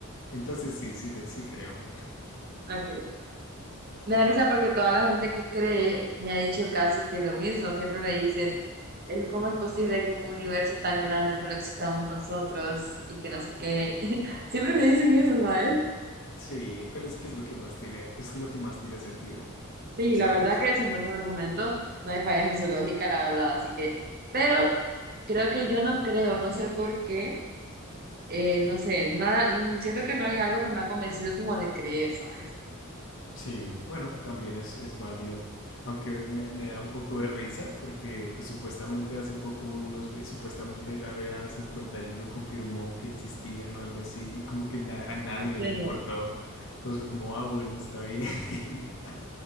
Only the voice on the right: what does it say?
ok, me da risa porque toda la gente que cree me ha dicho casi que lo mismo. Siempre me dicen, el- ¿cómo es posible que en un universo tan grande solo existamos nosotros y que no sé qué? <laughs> Siempre me dicen eso, ¿sabes?
Sí,
la verdad que es un buen argumento, no hay fallas en su lógica, la verdad, así que, pero creo que yo no creo, no sé por qué, eh, no sé, nada, mm, siento que no hay algo que me ha convencido como de creer, ¿sabes?
En serio.